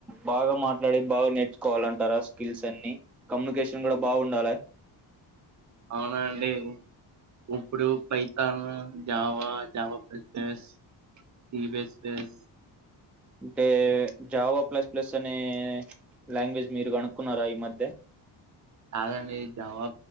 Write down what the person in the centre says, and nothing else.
బాగా మాట్లాడి బాగా నేర్చుకోవాలంటార స్కిల్స్ అన్ని కమ్యూనికేషన్ కూడా బాగ్ ఉండాలే
అంటే జావా ప్లస్ ప్లస్ అనే లాంగ్వేజ్ మీరు గనుక్కున్నారా మద్దె